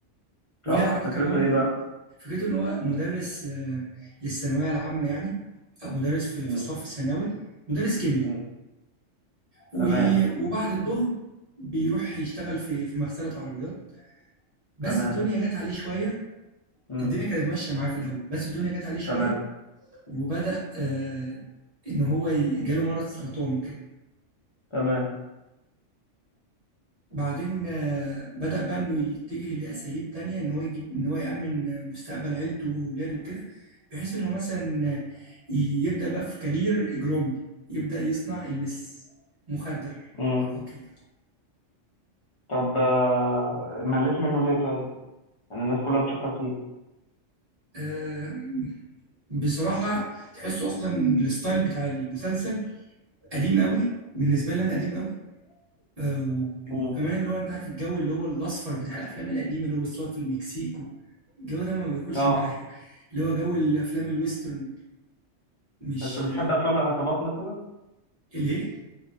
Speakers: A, on the right (about 30°); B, on the left (about 35°).
A: وليه
B: صح
A: علاقة
B: فكرته
A: كمان
B: ايه بقى
A: فكرته ان هو مدرس آه، للثانوية العامة يعني او مدرس في
B: امم
A: في صف ثانوي مدرس كيمياء
B: امم
A: و...
B: تمام
A: وبعد الظهر بيروح يشتغل في في مغسلة عربيات بس
B: تمام
A: الدنيا جت عليه شوية
B: مم.
A: الدنيا كانت ماشية معاه في الأول بس الدنيا جت عليه شوية
B: تمام
A: وبدأ آه، إن هو ي- جاله مرض سرطان كده
B: تمام
A: بعدين آه، بدأ بقى إنه يتجه لأساليب تانية إن هو يجيب إن هو يأمن مستقبل عيلته وولاده وكده بحيث إنه مثلا ي- يبدأ بقى في كارير إجرامي يبدأ يصنع المس مخدر
B: امم
A: عقاقير
B: طب آه، مليت منه ليه طيب يعني الناس كلها بتشكر فيه
A: آه، بصراحة تحسه أصلا الستايل بتاع المسلسل قديم قوي بالنسبة لي أنا قديم قوي آه، و-
B: امم
A: وكمان اللي هو انت عارف الجو اللي هو الاصفر بتاع الافلام القديمه اللي هو بتصور في المكسيك و- الجو ده ما بياكلش
B: اه
A: معايا <laughs> اللي هو جو الافلام الويسترن مش
B: بس بتحب
A: آه،
B: افلام العصابات مثلا
A: ليه